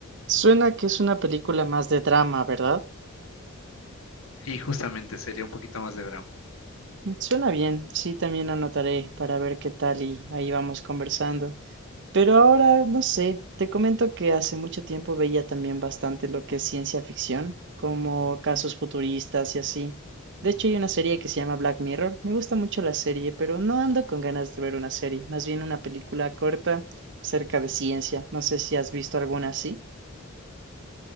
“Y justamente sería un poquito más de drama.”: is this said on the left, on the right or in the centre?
Left